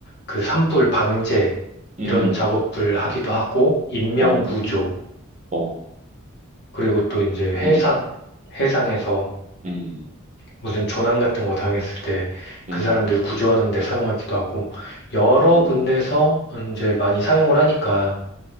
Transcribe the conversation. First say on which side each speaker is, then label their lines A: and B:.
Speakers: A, on the left; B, on the right.
A: 그 산불 방제 이런
B: 음,
A: 작업을 하기도 하고 인명
B: 오,
A: 구조
B: 어,
A: 그리고 또 이제 해상,
B: 음,
A: 해상에서
B: 음,
A: 무슨 조난 같은 거 당했을 때
B: 음,
A: 그 사람들 구조하는 데 사용하기도 하고 여러
B: 오,
A: 군데서 이제 많이 사용을 하니까